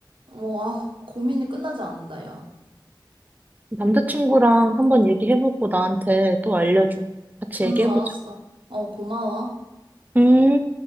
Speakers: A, on the right; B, on the right.
A: 뭐, 아, 고민이 끝나지 않는다, 야.
B: 남자친구랑 한번 얘기해보고 나한테 또 알려줘. 같이
A: 음,
B: 얘기해보자.
A: 알았어. 어, 고마워.
B: 음.